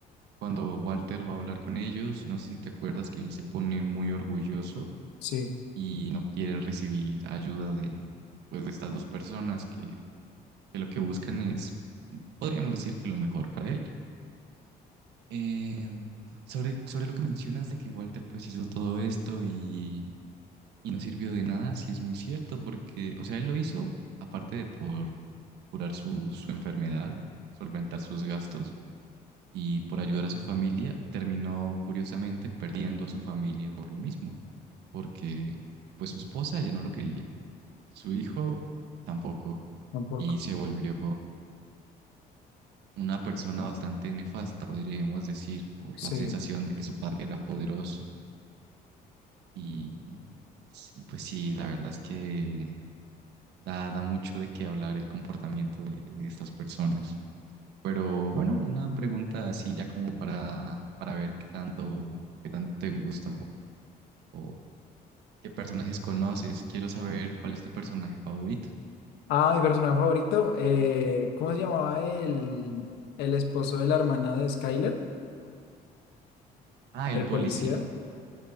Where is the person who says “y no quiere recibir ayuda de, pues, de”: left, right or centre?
Right